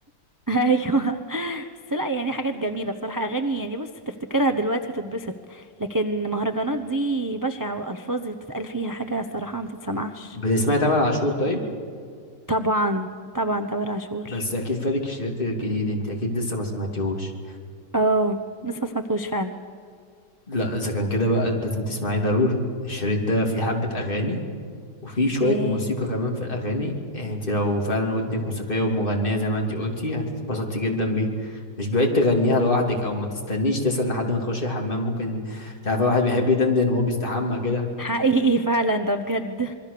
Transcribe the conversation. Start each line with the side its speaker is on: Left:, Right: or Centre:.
Right: <laughs> ايوه بس لا يعني حاجات جميله بصراحه اغاني يعني بص تفتكرها دلوقتي وتتبسط لكن مهرجانات دي بشعه والفاظ اللي بتتقال فيها حاجه صراحه ما تتسمعش
Left: بتسمعي تامر عاشور طيب
Right: طبعا طبعا تامر عاشور
Left: بس اكيد فاتك الشريط الجديد انت اكيد لسه ما سمعتيهوش
Right: اه لسه ما سمعتوش فعلا
Left: لا اذا كان كده بقى انت لازم تسمعيه ضروري الشريط ده فيه حبه اغاني وفي
Right: اوكي
Left: شوية موسيقى كمان في الأغاني يعني انت لو فعلا ودنك موسيقية ومغنية زي ما انت قلتي هتتبسطي جدا بيها مش بعيد تغنيها لوحدك أو ما تستنيش تسأل لحد ما تخشي الحمام ممكن مش عارفة واحد بيحب يدندن وهو بيستحمى كده
Right: حقيقي <laughs> فعلا ده بجد